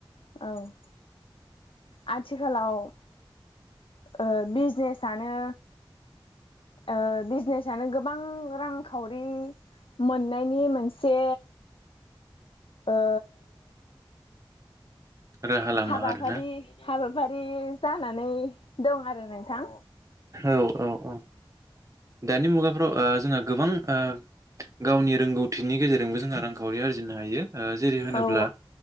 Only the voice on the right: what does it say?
राहा लामा
आरोना
औ औ औ दानि मुगाफ्राव ओ जोंहा गोबां ओ गावनि रोंगौथिनि गेजेरजोंबो जोंहा रांखावरि आरजिनो हायो ओ जेरै होनोब्ला